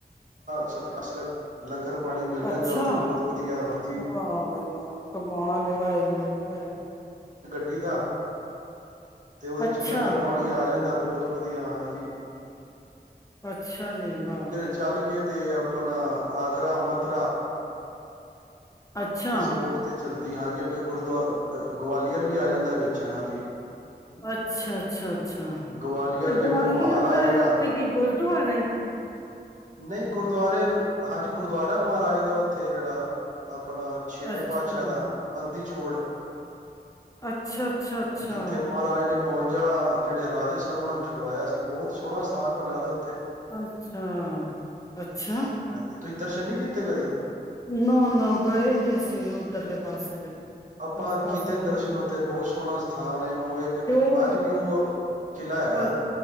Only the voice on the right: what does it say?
ਸਤਕਸਰਤ ਲੰਗਰ ਪਾਣੀ ਮਿਲ ਜਾਂਦਾ
ਉੱਥੇ ਬਹੁਤ ਵਧੀਆ ਹਾਂਜੀ
ਕੱੀ ਦਾ ਤੇ ਉਹਦੇ
ਚ ਲੰਗਰ ਪਾਣੀ ਆ ਜਾਂਦਾ ਬਹੁਤ ਵਧੀਆ ਹੈ ਜੀ
ਚੱਲ ਕੇ ਤੇ ਆਪਣਾ ਆਗਰਾ ਮਥੁਰਾ
ਇਸ ਰੋਡ ਤੇ ਚੱਲਦੀ ਹਾਂਜੀ ਅੱਗੇ ਗੁਰਦੁਆ ਗਵਾਲੀਅਰ ਵੀ ਆ ਜਾਂਦਾ ਵਿੱਚ ਹਾਂਜੀ
ਗਵਾਲੀਅਰ
ਫਿਰ
ਭੋਪਾਲ ਆਏਗਾ
ਨਹੀਂ ਗੁਰਦੁਆਰੇ ਹਾਂਜੀ ਗੁਰਦੁਆਰਾ ਮਹਾਰਾਜ ਦਾ ਉੱਥੇ ਜਿਹੜਾ ਆਪਣਾ ਛੇਵੇਂ
ਪਾਤਸ਼ਾਹ ਦਾ ਬੰਦੀ ਛੋੜ
ਜਿੱਥੇ ਮਹਾਰਾਜ ਨੇ ਬਵੰਜਾ ਜਿਹੜੇ ਰਾਜੇ ਸਨ ਉਹਨਾਂ ਨੂੰ ਛੁਵਾਆ ਸੀ ਬਹੁਤ ਸੋਹਣਾ ਸਥਾਨ ਬਣਿਆ ਦਾ ਉੱਥੇ
ਹਾਂਜੀ ਤੁਸੀਂ ਦਰਸ਼ਨ ਨਹੀਂੀ ਕੀਤੇ ਕਦੇ
ਆਪਾਂ
ਕੀਤੇ ਨੇ
ਦਰਸ਼ਨ
ਉੱਥੇ ਬਹੁਤ ਸੋਹਣਾ ਸਥਾਨ ਹੈ ਉਹ ਇੱਕ
ਅੱਜ ਵੀ ਉਹ ਕਿ੍ਹਾ ਹੈਗਾ